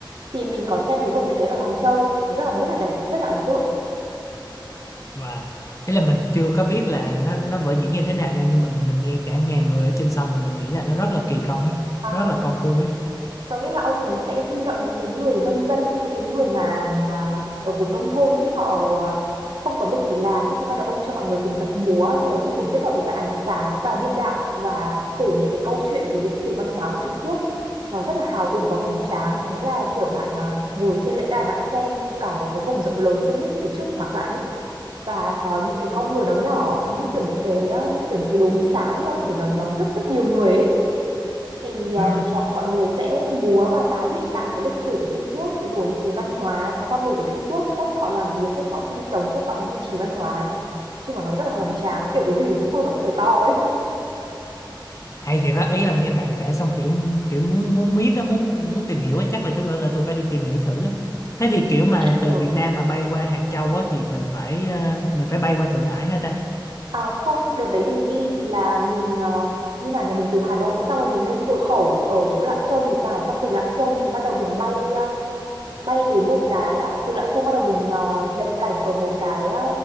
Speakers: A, on the right; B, on the left.
A: thì mình có xem cái vở diễn đấy ở Hàng Châu rất là rất là đẹp rất là ấn tượng
B: và thế là mình chưa có biết là nó nó vở diễn như thế nào nha nhưng mình mình nghe cả ngàn người ở trên sông là mình nghĩ là nó rất là kỳ công ấy
A: À,
B: nó rất là công phu ấy
A: có nghĩa là ông ấy sẽ huy động những cái người nông dân ấy, những cái người mà ờ, ở vùng nông thôn ấy, họ không có việc gì làm ấy thì bắt đầu ông cho mọi người cùng tập múa sau đấy thì cùng kết hợp với cả ánh sáng và biên đạo và kể những cái câu chuyện về lịch sử văn hóa của Trung Quốc nó rất là hào hùng và hoành tráng có nghĩa là kiểu bạn ờ, ngồi trên lễ đài bạn xem cả một cái vùng rộng lớn sông nước phía trước mặt bạn ấy và có những cái con người nó nhỏ như kiểu những cái ờ, như kiểu những cái đốm sáng thôi vì nó nó rất rất nhiều người ấy thì ờ,
B: ừ
A: mọi mọi người sẽ múa và tái hiện lại cái lịch sử của Trung Quốc rồi những cái văn hóa con người của Trung Quốc cách họ làm việc cách họ sinh sống cách họ duy trì văn hóa Nói chung là nó rất là hoành tráng kiểu cái gì của Trung Quốc nó cũng phải to ấy
B: hay thiệt á ý là nghe bạn kể xong kiểu kiểu muốn muốn biết á muốn muốn tìm hiểu á chắc là chút nữa là tôi phải đi tìm hiểu thử á thế thì kiểu mà
A: kiểu,
B: từ Việt Nam mà bay qua Hàng Châu á thì mình phải ờ, mình phải bay qua Thượng Hải hả ta
A: à, không đợt đấy mình đi thì là mình ờ, như nào nhà mình từ Hà Nội xong rồi mình lên cửa khẩu ở chỗ Lạng Sơn thì phải xong từ Lạng Sơn thì bắt đầu mình bay ờ, bay đến một cái à, từ Lạng Sơn bắt đầu mình ờ, nhập cảnh ở một cái ờ,